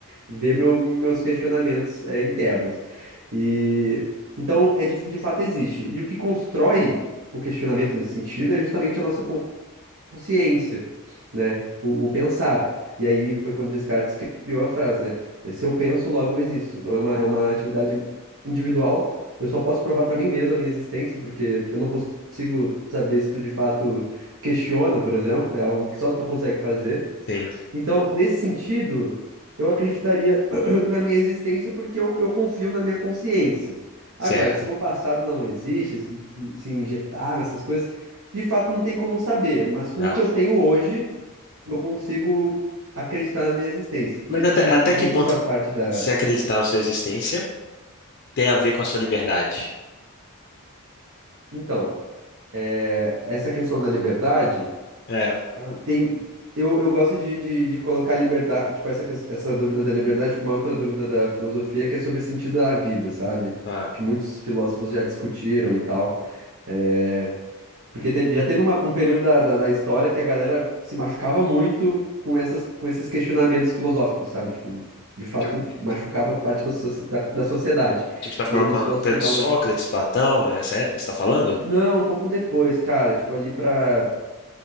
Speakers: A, on the right; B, on the left.
A: ver meu- meus questionamentos, é, internos. E então, é de, de fato existe. E o que constrói o questionamento nesse sentido é justamente a nossa consciência, né? O, o pensar. E aí foi quando Descartes criou a frase, né? É, Se eu penso, logo eu existo. Então é uma, é uma atividade individual. Eu só posso provar para mim mesmo a minha existência, porque eu não consigo saber se tu de fato questiona, por exemplo. É algo que só tu consegue fazer.
B: sim,
A: Então, nesse sentido, eu acreditaria <clears throat> na minha existência porque eu, eu confio na minha consciência.
B: certo.
A: Agora, se meu passado não existe, se, se injetar nessas coisas, de fato não tem como saber, mas com
B: Não.
A: o que eu tenho hoje, eu consigo acreditar na minha existência.
B: Mas
A: E,
B: até,
A: e
B: até
A: voltando
B: que ponto
A: para a parte da.
B: se acreditar na sua existência tem a ver com a sua liberdade?
A: Então, é, essa questão da liberdade.
B: É,
A: Ah, Tem, eu, eu gosto de, de, de colocar liberdade, tipo, essa, ques- essa dúvida da liberdade com uma outra dúvida da filosofia, que é sobre sentido da vida, sabe?
B: ah,
A: Que muitos filósofos já discutiram e tal. É, porque teve- já teve uma- um período da, da, da história que a galera se machucava muito com essas, com esses questionamentos filosóficos, sabe? Tipo, de fato,
B: tipo, tipo,
A: machucava parte da, soci- da, da sociedade.
B: você está falando
A: E aí muitos
B: com
A: filósofos
B: Pedro
A: tentavam.
B: de Sócrates, Platão, essa época que você está falando?
A: Não, um pouco depois, cara, tipo, ali pra